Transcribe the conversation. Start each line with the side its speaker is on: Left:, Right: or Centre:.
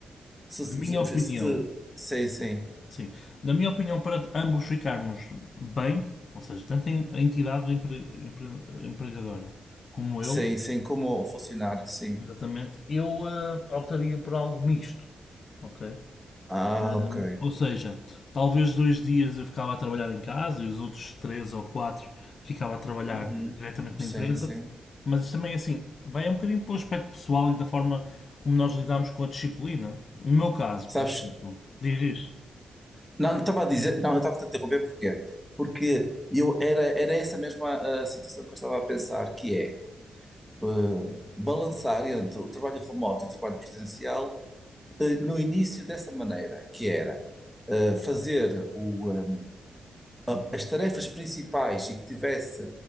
Centre: Se, se,
Left: Na minha opinião,
Centre: se te- sim, sim,
Left: sim. Na minha opinião, para ambos ficarmos bem, ou seja, tanto a entidade empre- empre- empregadora como
Centre: sim,
Left: eu,
Centre: sim, como funcionário, sim.
Left: Exatamente. Eu eh, optaria por algo misto, ok?
Centre: Ah,
Left: Hum,
Centre: ok.
Left: ou seja, talvez dois dias eu ficava a trabalhar em casa e os outros três ou quatro ficava a trabalhar
Centre: Uhum.
Left: diretamente
Centre: Sim,
Left: na empresa.
Centre: sim.
Left: Mas isto também é assim, vai um bocadinho para o aspecto pessoal e da forma como nós lidamos com a disciplina. No meu caso,
Centre: Sabes?
Left: por exemplo, diz isto.
Centre: Não, não estava a dizer, não, eu estava a te interromper porquê? Porque eu era, era essa mesma ah, situação que eu estava a pensar, que é ah, balançar entre o trabalho remoto e o trabalho presencial ah, no início dessa maneira, que era ah, fazer o, ah, a- as tarefas principais e que tivesse